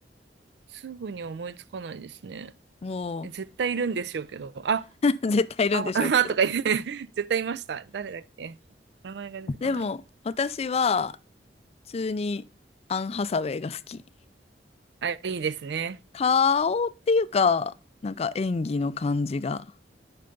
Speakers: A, on the right; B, on the left.
A: すぐには思いつかないですね。
B: も
A: え、絶対いるんでしょうけど、あ、
B: う、<laughs> 絶対いるんでしょうけど。
A: あ、<laughs> あとか言って、絶対いました。誰だっけ名前が出てこない。
B: でも、私は、普通にアン・ハサウェイが好き。
A: あ、いいですね。
B: 顔っていうか、なんか演技の感じが。